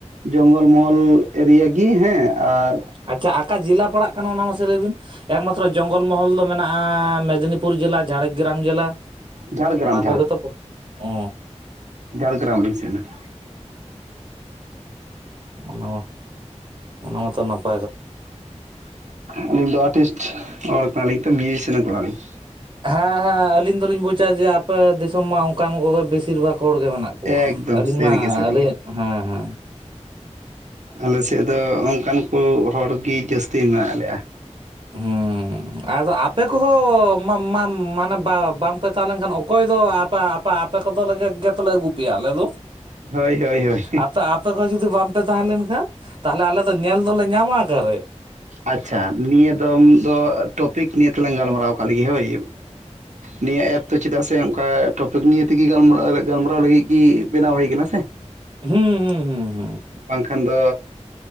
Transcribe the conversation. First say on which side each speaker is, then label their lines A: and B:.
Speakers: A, on the right; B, on the right.
A: ᱡᱚᱝᱜᱚᱞ ᱢᱚᱦᱚᱞ ᱮᱨᱤᱭᱟ ᱜᱤ ᱦᱮᱸ ᱟᱨ
B: ᱟᱪᱪᱷᱟ ᱟᱠᱟ ᱡᱮᱞᱟ ᱯᱟᱲᱟᱜ ᱠᱟᱱᱟ ᱚᱱᱟ ᱢᱟᱥᱮ ᱞᱟᱹᱭ ᱵᱤᱱ ᱮᱠᱢᱟᱛᱨᱚ ᱡᱚᱝᱜᱚᱞ ᱢᱚᱦᱚᱞ ᱫᱚ ᱢᱮᱱᱟᱜᱼᱟ ᱢᱮᱫᱽᱱᱤᱯᱩᱨ <unintelligible> ᱡᱮᱞᱟ ᱡᱷᱟᱲᱜᱨᱟᱢ ᱡᱮᱞᱟ
A: ᱡᱷᱟᱲᱜᱨᱟᱢ
B: ᱚᱱᱟ ᱠᱚᱜᱮ ᱛᱚ ᱚᱼᱼ
A: ᱡᱷᱟᱲᱮᱜᱨᱟᱢ ᱞᱤᱧ ᱥᱮᱱ ᱞᱮᱱᱟ
B: ᱚᱱᱟ ᱢᱟ ᱚᱱᱟ ᱢᱟᱛᱚ ᱱᱟᱯᱟᱭᱼᱼ
A: ᱟᱹᱞᱤᱧ ᱫᱚ ᱟᱨᱴᱤᱥᱴ ᱦᱚᱲ ᱠᱟᱱᱟ ᱞᱤᱧ ᱛᱚ ᱢᱤᱭᱩᱡᱤᱥᱤᱭᱟᱱ ᱠᱟᱱᱟ ᱞᱤᱧ
B: ᱦᱮᱸ ᱦᱮᱸ ᱟᱹᱞᱤᱧ ᱫᱚᱞᱤᱧ ᱵᱩᱡᱟ ᱡᱮ ᱟᱯᱮ ᱫᱤᱥᱚᱢ ᱢᱟ ᱚᱱᱠᱟᱱ ᱠᱚᱜᱮ ᱵᱮᱥᱤᱨ ᱵᱷᱟᱜᱽ ᱦᱚᱲ ᱜᱮ ᱢᱮᱱᱟᱜ ᱠᱚᱣᱟ᱾
A: ᱮᱠᱫᱚᱢ
B: ᱟᱹᱞᱤᱧ
A: ᱥᱟᱹᱨᱤᱜᱮ
B: ᱢᱟ
A: ᱥᱟᱹᱨᱤᱜᱮ
B: ᱟᱞᱮᱭᱟᱜ ᱦᱮᱸ ᱦᱮᱸ,
A: ᱟᱞᱮ ᱥᱮᱫ ᱫᱚ ᱚᱱᱠᱟᱱ ᱠᱚ ᱦᱚᱲ ᱜᱤ ᱡᱟᱹᱥᱛᱤ ᱢᱮᱱᱟᱜ ᱞᱮᱭᱟ᱾
B: ᱦᱮᱸ <unintelligible> ᱟᱯᱮ ᱠᱚᱦᱚᱸ ᱢᱟ-ᱢᱟ-ᱢᱟ-ᱢᱟᱱᱮ ᱵᱟᱝ- ᱵᱟᱝ ᱯᱮ ᱛᱟᱦᱮᱸ ᱞᱮᱱ ᱠᱷᱟᱱ ᱚᱠᱚᱭ ᱫᱚ ᱟᱯᱟ ᱟᱯᱮ <unintelligible> ᱟᱯᱮ ᱠᱚᱫᱚ ᱞᱮ ᱜᱮᱛᱚ ᱞᱮ ᱟᱹᱜᱩ ᱯᱮᱭᱟ ᱟᱞᱮ ᱫᱚ᱾
A: ᱦᱳᱭ ᱦᱳᱭ ᱦᱳᱭ
B: ᱟᱛᱟ ᱟᱯᱮ ᱠᱚ ᱡᱩᱫᱤ ᱵᱟᱝ ᱯᱮ ᱛᱟᱦᱮᱸ ᱞᱮᱱ ᱠᱷᱟᱱ ᱛᱟᱦᱚᱞᱮ ᱟᱞᱮ ᱫᱚ ᱧᱮᱞ ᱫᱚᱞᱮ ᱧᱟᱢ ᱚᱠᱟ ᱨᱮ᱾
A: ᱟᱪᱪᱷᱟ ᱱᱤᱭᱟᱹ ᱫᱚᱢ ᱫᱚ ᱴᱚᱯᱤᱠ ᱱᱤᱭᱟᱹ ᱛᱮᱞᱟᱝ ᱜᱟᱞᱢᱟᱨᱟᱣ ᱟᱠᱟᱜ ᱞᱮᱜᱮ ᱦᱳᱭ, ᱱᱤᱭᱟᱹ ᱮᱯ ᱫᱚ ᱪᱮᱫᱟᱜ ᱥᱮ ᱚᱱᱠᱟ ᱴᱚᱯᱤᱠ ᱱᱤᱭᱮ ᱛᱮᱜᱮ ᱜᱟᱞᱢᱟᱨᱟᱣ ᱜᱟᱞᱢᱟᱨᱟᱣ ᱞᱟᱹᱜᱤᱫ ᱜᱤᱼᱼ ᱵᱮᱱᱟᱣ ᱦᱩᱭ ᱟᱠᱟᱱᱟ ᱥᱮ᱾
B: ᱦᱩᱸ ᱦᱩᱸ ᱦᱩᱸ,
A: ᱵᱟᱝ ᱠᱷᱟᱱ ᱫᱚ